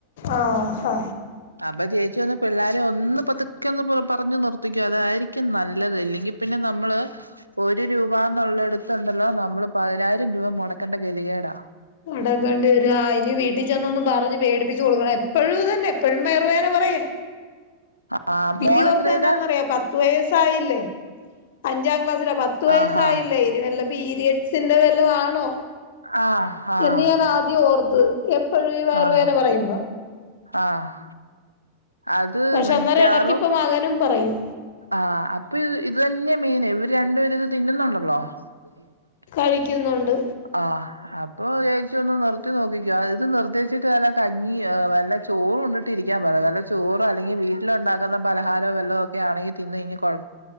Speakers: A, on the left; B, on the right.
A: ആഹ്
B: അപ്പൊ ചേച്ചി വന്ന് പിള്ളോരേ ഒന്ന് പൊ തിക്കന്ന് പറഞ്ഞു നിർത്തിക്കോ അതായിരിക്കും നല്ലത് ഇല്ലെങ്കി പിന്നെ നമ്മള് ഒരു രൂപ എന്നുള്ളടത്ത് ഒണ്ടല്ലോ നമ്മള് പതിനായിരം രൂപ മുടക്കേണ്ട ഗതികേടാ.
A: അടക്കേണ്ടി വരു ഇനി വീട്ടിൽ ചെന്നൊന്ന് പറഞ്ഞ് പേടിപ്പിച്ച് കൊടുക്കണം എപ്പഴും ഇത് തന്നെ എപ്പഴും വയറു വേദന. പറയ്
B: ആ
A: പിതി
B: മോളെത്രയിലാ
A: ഓർത്ത് എന്നാന്നറിയ പത്ത് പത്ത് വയസയില്ലേ അഞ്ചാം ക്ലാസ്സില പത്ത് വയസ്സായില്ലേ
B: ആഹാ
A: ഇനി വല്ല പീരിയഡ് സ് ഇതിന്റെ വെല്ലോ ആണോ
B: ആഹ് ആഹ്
A: എന്ന് ഞാൻ ആദ്യം ഓർത്ത് എപ്പഴും ഈ വയറ്
B: ആഹാ
A: വേദന പറയുമ്പം
B: ആഹ് അത്
A: പക്ഷെ
B: മിക്കാറും
A: അന്നേരം ഇടക്കിപ്പ മകനും പറയും.
B: ആഹ് അപ്പൊ ഇത് തന്നെയാ മെയിന് ഇവര് രണ്ടുപേര് ഇത് തിന്നുന്ന് ഒണ്ടല്ലോ. !!!!!!!!!!!!!!!!!!!
A: കഴിക്കുന്നുണ്ട്.
B: ആഹ് അപ്പൊ വിജാരിച്ച് ഒന്ന് നിർത്തി നോക്കിക്കോ ഇത് നിർത്തിച്ചിട്ട് വല്ല കഞ്ഞി വല്ല ചോറ് ഉണ്ടിട്ടിരിക്കാൻ പറ വല്ല ചോറോ അല്ലെങ്കിൽ വീട്ടിലുണ്ടാക്കുന്ന പലഹാരോ വല്ല ഒക്കെ ആണെങ്കി തിന്ന് കഴിഞ്ഞാ കെഴ